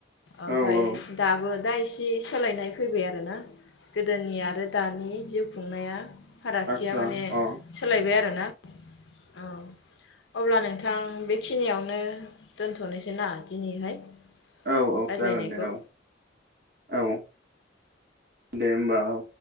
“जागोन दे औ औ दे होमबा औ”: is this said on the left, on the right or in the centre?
Right